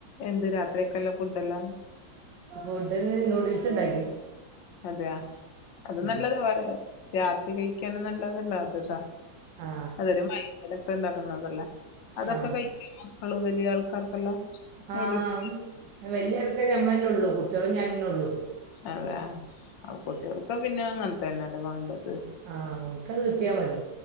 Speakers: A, on the left; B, on the right.
A: എന്ത് രാത്രിയൊക്കെല്ല ഫുഡ് എല്ലാം.
B: ഫുഡ്ന്ന് നൂഡിൽസ് ഉണ്ടാക്കി.
A: അതെയ അത്
B: ഉം.
A: നല്ലതാ രാത്രി കഴിക്കാനും നല്ലതല്ലോ അത്താവശ്യം
B: ആ
A: അതൊരു മൈ ധലൊക്കെ ഉണ്ടാക്കുന്നതല്ല അതൊക്കെ
B: ആ
A: കഴക്കും മക്കള് വലിയ ആൾക്കാർക്കെല്ലാം. നൂഡിൽസ്
B: ആഹ് വലിയ ആൾക്കാര് നമ്മളെന്നെ ഉള്ളൂ കുട്ടികള ഞാാനെ ഉള്ളു.
A: അതെ ആഹ് കുട്ടികൾക്ക് പിന്നെ അങ്ങനത്ത തന്നെല്ലേ വേണ്ടത്.
B: ആഹ് ഓർക്കത് കിട്ടിയാൽ മതി.